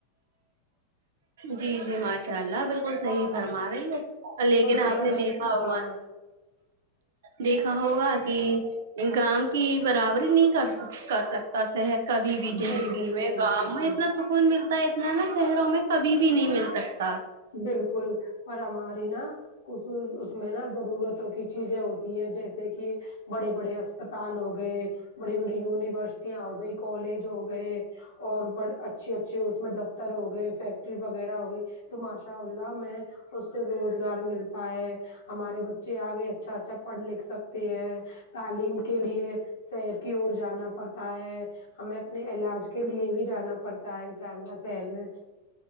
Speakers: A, on the right; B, on the left.
A: جی جی ماشاء اللہ بالکل صحیح فرما رہی ہے لیکن
B: اور
A: آپ نے
B: جائے
A: دیکھا
B: نا
A: ہوگا
B: ہاں
A: دیکھا ہوگا کہ گاؤ کی برابری نہیں کرک کر سکتا شہر کبھی بھی جندگی
B: جی بالکل
A: میں گاؤں
B: بالکل
A: میں اتنا سکون ملتا ہے اتنا نا شہروں میں کبھی بھی نہیں مل سکتا
B: بالکل پر ہماری نا کچھ اس میں نا ضرورتوں کی چیزیں ہوتی ہیں جیسے کہ بڑے بڑے اسپتال ہو گئے بڑی بڑی یونیورسٹیاں ہو گئی کالج ہو گئے اور بڑ اچھی اچھی اس میں دفتر ہو گئے فیکٹری وغیرہ ہوگیے تو ماشاء اللہ میں اس سے روزگار ملتا ہے ہمارے بچے آگے اچھا اچھا پڑھ لکھ سکتے ہیں تعلیم کے لیے شہر کی اور جانا پڑتا ہے ہمیں اپنے علاج کے لیے بھی جانا پڑتا ہے ان شاء اللہ شہر میں